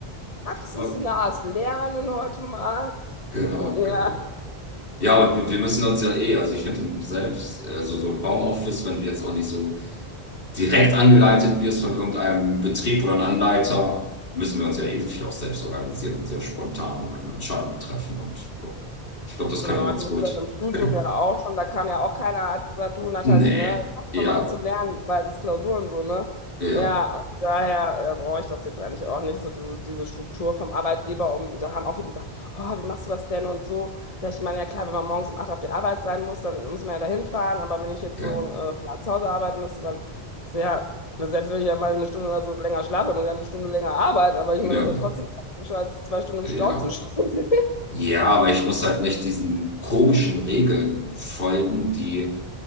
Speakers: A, on the left (about 35°); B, on the left (about 60°).
A: praxisnahes
B: war-
A: Lernen heute mal.
B: genau,
A: Hm, Ja,
B: genau. Ja, wir, wir müssen uns ja eh, also ich finde selbst, also so im Homeoffice, wenn du jetzt auch nicht so direkt angeleitet wirst von irgendeinem Betrieb oder einem Anleiter, müssen wir uns ja eh viel auch selbst organisieren und sehr spontan auch manchmal Entscheidungen treffen. Und ja, ich glaube, das
A: Genau,
B: können wir ganz
A: ich musste
B: gut.
A: das im Studium
B: <laughs>
A: ja auch schon, da kam ja auch keiner, hat gesagt, du Nathalie,
B: Nee,
A: ne, fang
B: ja,
A: doch mal an zu lernen bei das Klausuren so, ne?
B: ja.
A: Ja, und daher ja, brauche ich das jetzt eigentlich auch nicht, so diese, diese Struktur vom Arbeitgeber. Um, da haben auch viele gesagt, oh, wie machst du das denn und so. Ja, Ich meine, ja klar, wenn man morgens um 8 auf der Arbeit sein muss, dann muss man ja dahin fahren, aber wenn ich jetzt
B: Ja,
A: so äh, von zu Hause arbeiten müsste, dann ist ja, selbst wenn ich ja mal eine Stunde oder so länger schlafe, dann muss ich ja eine Stunde länger arbeiten, aber ich
B: ja,
A: meine, das ist
B: genau.
A: ja trotzdem praktischer, als zwei Stunden im
B: Ja.
A: Stau zu stehen. <laughs>
B: Ja, aber ich muss halt nicht diesen komischen Regeln folgen, die